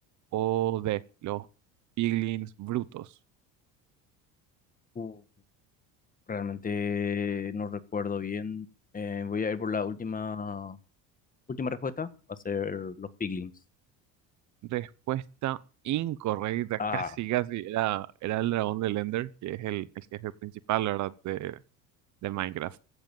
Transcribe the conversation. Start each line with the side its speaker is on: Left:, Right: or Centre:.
Right: o D, los piglins brutos.
Left: Uh, realmente no recuerdo bien. Eh, voy a ir por la última, última respuesta, va a ser los Piglins.
Right: Respuesta incorrecta,
Left: Ah.
Right: <laughs> casi casi era, era el dragón de Ender, que es el, el jefe principal, la verdad, de, de Minecraft.